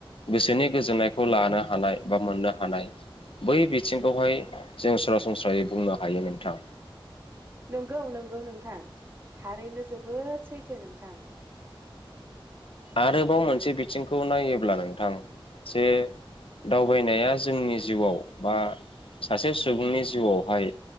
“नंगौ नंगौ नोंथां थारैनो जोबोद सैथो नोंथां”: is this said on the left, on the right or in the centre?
Right